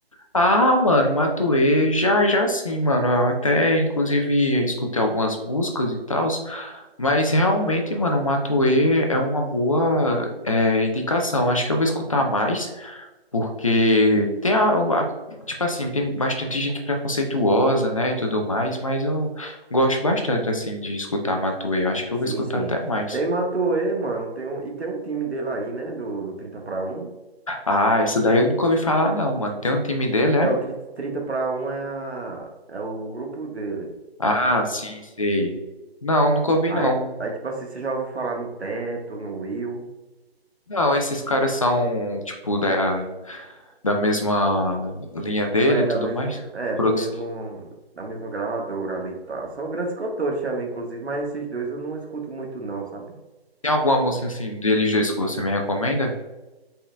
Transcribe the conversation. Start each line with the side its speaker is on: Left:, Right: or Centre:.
Left: Ah, mano, Matuê, já, já sim, mano. Eu até, inclusive, escutei algumas músicas e tal, mas realmente, mano, Matuê é uma boa é, indicação. Acho que eu vou escutar mais, porque tem a, a- tipo assim, tem bastante gente preconceituosa, né, e tudo mais, mas eu gosto bastante, assim, de escutar Matuê. Eu acho que
Right: Sim,
Left: eu vou escutar
Right: sim.
Left: até mais.
Right: Tem Matuê, mano. Tem um, e tem um time dele aí, né? Do, do 30 para um
Left: Ah, essa daí eu nunca ouvi falar, não, mano. Tem um time dele, é?
Right: Não, trinta trinta para um é, a, é o grupo dele.
Left: Ah, sim, sei. Não, nunca ouvi,
Right: Aí,
Left: não.
Right: aí, tipo assim, você já ouviu falar no Teto, no Will.
Left: Não, esses caras são, tipo, da, da mesma linha dele
Right: É
Left: e
Right: da
Left: tudo
Right: mesma,
Left: mais.
Right: é do
Left: Produção.
Right: mesmo, da mesma gravadora ali e tal. São grandes cantores também, inclusive, mas esses dois eu não escuto muito não, sabe?
Left: Tem alguma música, assim, deles dois que você me recomenda?